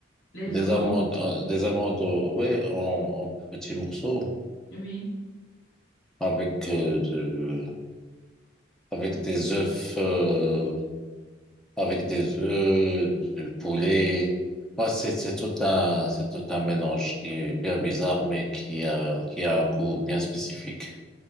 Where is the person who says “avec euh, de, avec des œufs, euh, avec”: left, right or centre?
Centre